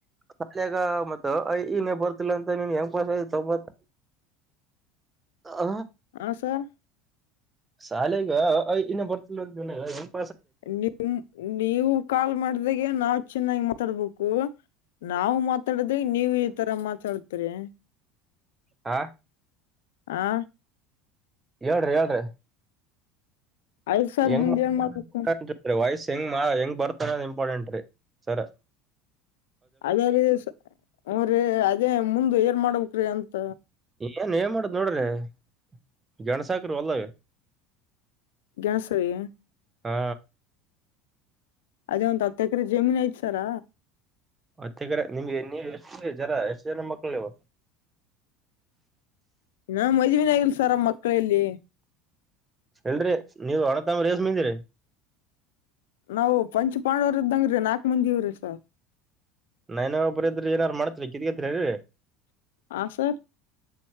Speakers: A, on the right; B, on the left.
A: ಹತ್ತಲ್ ಗ ಅ ಇ ನ ಬರತಿರಲಿಲ್ಲ ಅದೆಂಗ್ ಪಾಸಾ ಅದೇ ತೊಬಂತ್ತ. <unintelligible>
B: ಹ ಸರ್
A: ಶಾಲೆಗೆ ಅ ಆ ಈ ಬರ್ತಾ ಇರ್ಲಿಲ್ಲ ಇವನಿಗ
B: ನಿಮ್ಮ್ ನೀವು ಕಾಲ್ ಮಾಡಿದಾಗ ನಾವು ಚೆನ್ನಾಗಿ ಮಾತಾಡ್ಬೇಕು ನಾವು ಮತ್ತ್ ತಡದ್ ನೀವು ಈ ತರ ಮಾತಾಡ್ತರಿ.
A: ಹಾ
B: ಹಾ
A: ಹೇಳ್ರಿ ಹೇಳ್ರಿ.
B: ಐದ್ ಸಾರ್
A: ಹೆಂಗ
B: ಮುಂದ್
A: <unintelligible>
B: ಏನ್ ಮಾಡ್ಬೇಕು
A: ವಯ್ಸ್ ಹೆಂಗ ಹೆಂಗ್ ಬರ್ತಾರಾ ಇಂಪಾರ್ಟೆಂಟ್ ರೀ ಸರ್
B: ಅದೇ ರೀ ಸ ಹು ರಿ ಅದೇ ಮುಂದ್ ಏನ ಮಾಡ್ಬೇಕ್ರೀ ಅಂತ
A: ಏನ್ ಏನ್ ಮಾಡುದ ನೋಡ್ರಿ <inaudible> ಗೆಣಸ ಹಾಕ್ರಿ ಹೊಲ್ಲದಾಗ.
B: ಗ್ಯಾಸ್ ವಯ್ಯಾ
A: ಹಾ
B: ಅದೇ ಒಂದ್ ಹತ್ತ ಎಕರೆ ಜಮೀನ್ ಐತ್ ಸರ್
A: ಹತ್ತ ಎಕರೆ ನಿಮ್ಗೆ ನೀ ಎಷ್ಟು ಜರ ಎಷ್ಟು ಜನ ಮಕ್ಕಳು ನೀವು.
B: ನಾ ಮದುವಿನ ಆಗಿಲ್ಲ ಸರ್ ಮಕ್ಕಳ ಎಲ್ಲಿ.
A: ಇಲ್ಲರಿ ನೀವು ಅಣ್ಣ ತಮ್ಮಂರ ಎಸ ಮಂದಿರಿ.
B: ನಾವು ಪಂಚಪಾಂಡವರ ಇದ್ದಂಗ ರೀ ನಾಲ್ಕ್ ಮಂದಿ ಇವ್ರೀ ಸರ್
A: ನಾನ ಒಬ್ರ ಇದ್ರ ಏನರ್ ಮಾಡತ್ರಿ ಕಿರಿಯದ್ರವಿ
B: ಹಾ ಸರ್